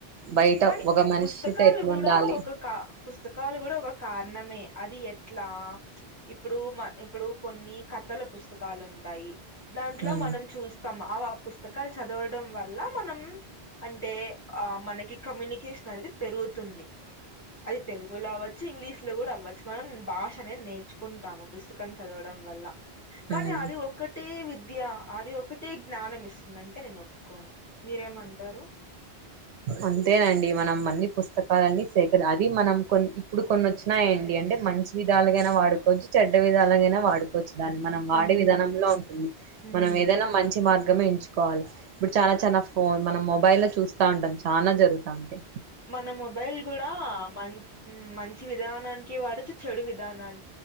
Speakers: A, on the right; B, on the left.
A: బయట
B: కాని
A: ఒక మనిషితో
B: పుస్తకాలు
A: ఎట్లుండాలి
B: గుడా ఒక కా పుస్తకాలు గుడా ఒక కారణమే అది ఎట్లా ఇప్పుడు మ ఇప్పుడు కొన్ని కథల పుస్తకాలుంటాయి. దాంట్లో
A: ఉమ్,
B: మనం చూస్తాం. అవా పుస్తకాల్ చదవడం వల్ల మనం అంటే ఆ మనకి కమ్యూనికేషన్ అనేది పెరుగుతుంది. అది తెలు గుల అవచ్చు ఇంగ్లీష్లో గుడ అవ్వచ్చు మనం భాష అనేద్ నేర్చు కుంటాము పుస్తకం చదవడం వల్ల కానీ
A: ఉమ్.
B: అది ఒక్క టే విద్యా అది ఒకటే జ్ఞానం ఇస్తుందంటే నేన్ ఒప్పుకోను. మీరేమంటారు
A: అంతేనండి మనం అన్ని పుస్తకాలన్నీ సేకర అది మనం కొన్ ఇప్పుడు కొన్ని వచ్చినాయండి అన్ అంటే మంచి విధాలుగైనా వాడుకోచ్చు, చెడ్డ విధాలుగైనా వాడుకోవచ్చు. దాన్ని మనం
B: హ్మ్
A: వాడే విధానంలో ఉంటుంది
B: హ్మ్
A: మనం ఏదైనా మంచి మార్గమే ఎంచు కోవాల్ ఇప్పుడు చాలా చాల ఫోన్ మనం మొబైల్లో చూస్తా ఉంటాం చానా జరుగుతాంటే
B: మన మొబైల్ గుడా మం మంచి విధానానికి వాడొచ్చు చెడు విధానాన్